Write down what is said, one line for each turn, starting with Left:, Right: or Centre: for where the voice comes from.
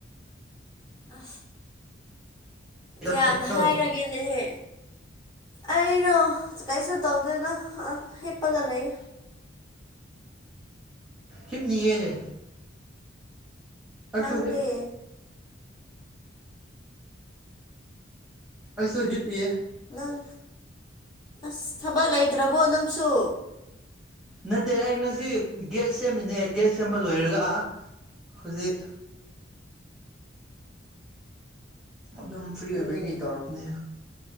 Left: ꯑ
Centre: ꯀꯩꯗꯧꯔꯝꯃꯤꯅꯣ
Left: ꯀꯌꯥꯝ ꯍꯥꯏꯔꯒꯦꯅꯦꯍꯦ ꯑꯩꯩꯅꯣ ꯀꯩꯁꯨ ꯇꯧꯗꯦꯅ ꯑ ꯍꯤꯞꯄꯒ ꯂꯩꯌꯦ
Centre: ꯍꯤꯞ ꯌꯦꯉ ꯑꯁꯨ
Left: ꯅꯪꯗꯤ
Centre: ꯑꯩꯁꯨ ꯍꯤ ꯄꯤ
Left: ꯅꯪ ꯑꯁ ꯊꯕꯛ ꯂꯩꯇ꯭ꯔꯕꯣ ꯅꯪꯁꯨ
Centre: ꯅꯠꯇꯦ ꯑꯩ ꯉꯁꯤ ꯒꯦꯠ ꯁꯦꯝꯃꯤꯅꯦ ꯒꯦꯠ ꯁꯦꯝꯕ ꯂꯣꯏꯔꯒ ꯍꯧꯖꯤꯛ ꯑꯗꯨꯝ ꯐ꯭ꯔꯤ ꯑꯣꯏꯕꯩ
Left: ꯎꯝ
Centre: ꯀꯩ ꯇꯧꯔꯛꯄꯅꯦ